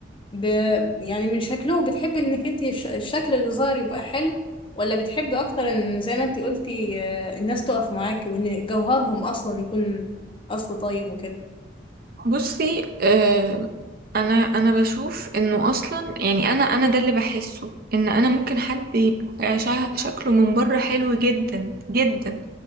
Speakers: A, on the left; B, on the right.
A: ب... يعني من شكلهم بتحبي انك انت الش- الشكل اللي ظاهر يبقى حلو ولا بتحبي اكتر ان زي ما انت قلتي آه، الناس تقف معاك وان جوهرهم اصلا يكون اصل طيب وكده
B: بصي آه انا انا بشوف انه اصلا يعني انا انا ده اللي بحسه ان انا ممكن حد يبقى شا- شكله من بره حلو جدا جدا